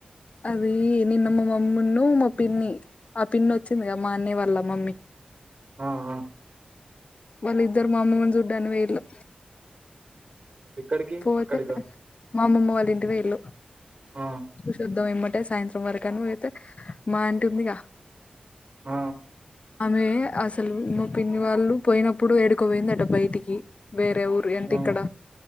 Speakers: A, on the left; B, on the right.
A: అది నిన్న మా మమ్మిన్ను మా పిన్ని ఆ పిన్ని వచ్చిందిగా మా అన్న్య వాల్ళ మమ్మీ
B: ఆ ఆ
A: వాళ్ళు ఇద్దరు మా అమ్మమ్మని చూడ్డానికి వైళ్ళు
B: ఎక్కడికి
A: పోతే
B: అక్కడికా
A: మా అమ్మమ్మ వాళ్ళ ఇంటి పోయిళ్ళు
B: ఆ
A: చూద్దాం ఏమటే సాయంత్రం వరకు అని పోతే మా ఇంట ఉందిగా
B: ఆ
A: ఆమె అసలు మా పిన్ని వాళ్ళు పోయినప్పుడు ఏడికోపోయింది అట బయటికి వేరే ఊరు ఏంటి
B: ఆ
A: ఇక్కడ